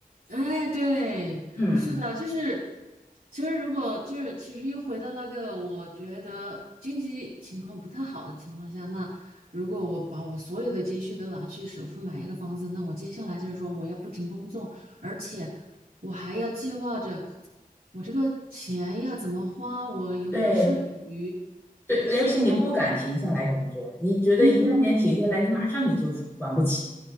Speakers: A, on the right; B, on the left.
A: 哎，对，
B: 嗯，
A: 是的，就是，其实如果就是，其实又回到那个，我觉得经济情况不太好的情况下，那如果我把我所有的积蓄都拿去首付买一个房子，那我接下来就是说我要不停工作，而且我还要计划着我这个钱要怎么花，我有没有剩余，
B: 对对，
A: 而且还，
B: 而且你不敢停下来工作，你觉得一旦间停下来，
A: 嗯。
B: 你马上你就还不起，